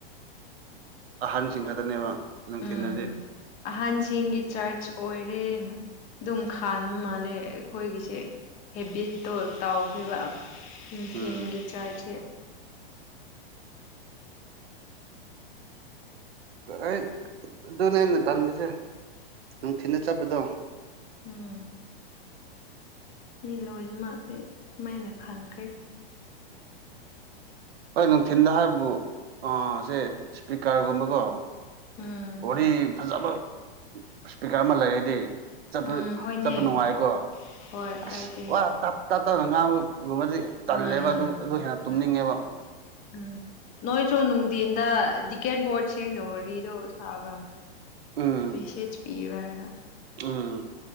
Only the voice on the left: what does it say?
ꯎꯝ ꯑꯍꯟꯁꯤꯡꯒꯤ ꯆꯔꯆ ꯑꯣꯏꯔꯦꯅ ꯗꯨꯝ ꯈꯥꯟꯕ ꯃꯥꯜꯂꯦ ꯑꯩꯈꯣꯏꯒꯤꯁꯦ ꯍꯦꯕꯤꯠꯇꯣ ꯇꯥꯎꯈꯤꯕ ꯑ ꯅꯤꯡꯊꯦꯝꯒꯤ
ꯆꯥꯔꯖꯁꯦ
ꯎꯝ ꯃꯤ ꯂꯣꯏꯅꯃꯛꯁꯦ ꯁꯨꯃꯥꯏꯅ ꯈꯟꯈ꯭ꯔꯦ
ꯎꯝ
ꯎꯝ ꯍꯣꯏꯅꯦ
ꯍꯣꯏ
ꯀꯥꯏꯗꯦ
ꯎꯝ
ꯍꯣꯏ ꯎꯝ ꯅꯣꯏꯁꯨ ꯅꯨꯡꯊꯤꯟꯗ ꯗꯤꯀꯦꯠ ꯕꯣꯔꯗ ꯁꯦꯡꯅ ꯋꯥꯔꯤꯗꯣ ꯁꯥꯕ꯭ꯔꯥ
ꯃꯦꯁꯦꯁ ꯄꯤꯕꯔ ꯍꯥꯏꯕ